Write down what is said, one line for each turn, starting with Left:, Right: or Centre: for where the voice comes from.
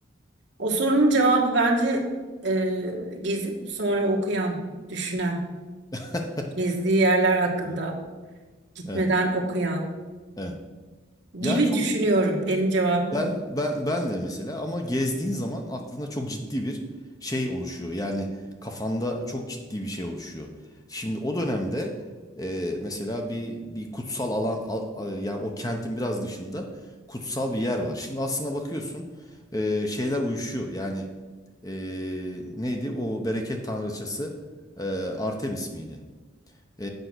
Right: O sorunun cevabı bence e, gezip sonra okuyan, düşünen,
Left: <laughs>
Right: gezdiği yerler hakkında
Left: Evet.
Right: gitmeden
Left: Evet.
Right: okuyan
Left: Evet.
Right: gibi
Left: Yani çok
Right: düşünüyorum. Benim cevabım
Left: Ben
Right: bu.
Left: ben ben de mesela ama gezdiğin zaman aklında çok ciddi bir şey oluşuyor. Yani kafanda çok ciddi bir şey oluşuyor. Şimdi o dönemde e, mesela bir bir kutsal alan a- a- yani o kentin biraz dışında kutsal bir yer var. Şimdi aslına bakıyorsun e, şeyler uyuşuyor. Yani e, neydi o bereket tanrıçası e, Artemis miydi? e,